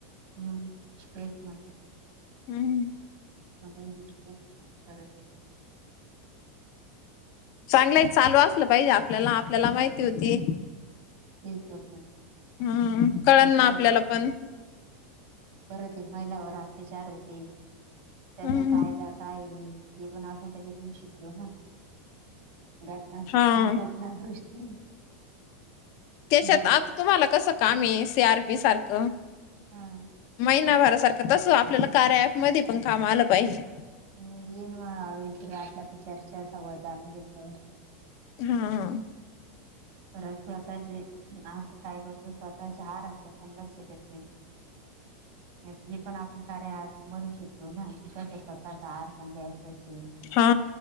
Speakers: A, on the right (about 55°); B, on the left (about 50°).
A: हम्म तेच ना.
B: हम्म हम्मं.
A: <inaudible>
B: चांगलय चालू असलं पाहिजे आपल्याला आपल्याला माहिती होती.
A: तेच होत
B: हम्म कळालं
A: परत
B: ना आपल्याला पण.
A: परत एक महिलावर आतेचार होते त्याचा
B: हम्म
A: कायदा काय हे, हे पण आपण त्याच्यातून शिकलो ना घटनात
B: हा
A: हि घटना ना दृष्टी
B: त्याच्यात
A: बलात्
B: आता तुम्हाला कसं कामे एस एआरपी सारखं?
A: हम्मं.
B: महिनाभरा सारखं तसं आपल्याला कार्या ॲपमध्ये पण काम आलं पाहिजे.
A: येईन म विसर आटला तर चर्चा असवत जाणून घेतल्यावर.
B: हा हा.
A: परत स्वतःचे आपण काय करतो स्वतःचे आहाराकडं पण लक्ष देत नाही. हे पण आपण कार्या ॲपमणून शिकलो ना, कि कसा स्वतःचा आहार पण घ्याय कसे
B: हा